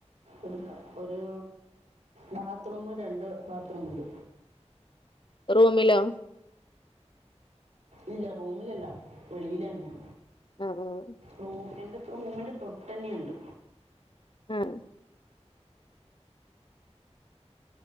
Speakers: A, on the right; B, on the left.
A: ഒരു ക ഒരു ബാത്ത്റൂമ് രണ്ട് ബാത്ത്റൂമ്ണ്ട്.
B: റൂമിലോ?
A: ഇല്ല റൂമിലല്ല വെളീലന്ന്യാ
B: ആഹ് ആഹ്
A: റൂ എൻ്റെ റൂമിന്റെ തൊട്ടന്നെയ്ണ്ട്.
B: ഉം